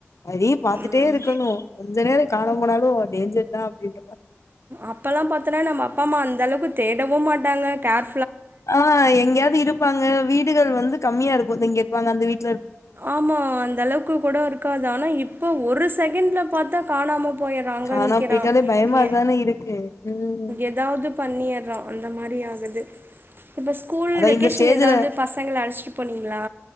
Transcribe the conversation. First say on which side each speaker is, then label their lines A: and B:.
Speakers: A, on the left; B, on the right.
A: அப்டியே பாத்துட்டே
B: ம்
A: இருக்கணு கொஞ்ச நேர காணாம போனாலு ஓ டேஞ்சர்தா அப்டின்
B: அப்பெல்லா பாத்தனா நம்ம அப்பா அமா அந்தளவுக்கு தே டவு மாட்டாங்க கேர்
A: ஆ எங்கயாது இருப்பாங்க வீடுகள் வந்து கம்மியா இருக்கு இங்க வாங்க அந்த வீட்
B: ஆமா அந்த அளவுக்கு கூட இருக்காது ஆனா இப்ப ஒரு செகண்ட்ல பாத்தா காணாம போயர்றா அங்க
A: காணா
B: நிக்கறா
A: போயிட்டாலே பயமாதானே
B: எ
A: இருக்கு ம்
B: ஏதாவது பண்ணிர்றா அந்த மாரி ப்டி ஆகல் து இப்ப ஸ்கூல்
A: அதா
B: வெகேஷன்
A: இந்த ஸ்டேஜ்ல
B: எதாவது பசங்கள அழச்சிட்டு போனிங்களா